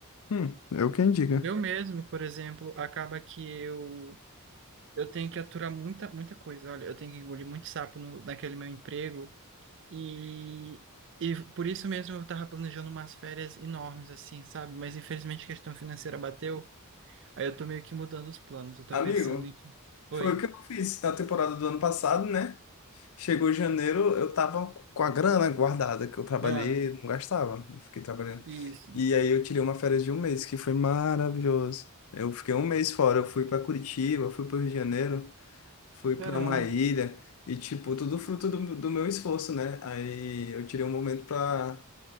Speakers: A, on the left; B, on the right.
A: Hum, eu quem diga.
B: O meu mesmo, por exemplo, acaba que eu eu tenho que aturar muita, muita coisa. Olha, eu tenho que engolir muito sapo no, naquele meu emprego. E, e por isso mesmo eu tava planejando umas férias enormes, assim, sabe? Mas infelizmente a questão financeira bateu, aí eu tô meio que mudando os planos. Eu tô
A: Amigo,
B: pensando em. Oi.
A: foi o que eu fiz na temporada do ano passado, né? Chegou janeiro, eu tava com a grana guardada que eu trabalhei,
B: Ah,
A: não gastava, eu fiquei trabalhando.
B: isso.
A: E aí eu tirei uma férias de um mês, que foi maravilhoso. Eu fiquei um mês fora, eu fui pra Curitiba, fui pro Rio de Janeiro, fui pra
B: Caramba.
A: uma ilha, e tipo, tudo fruto do, do meu esforço, né? Aí eu tirei um momento pra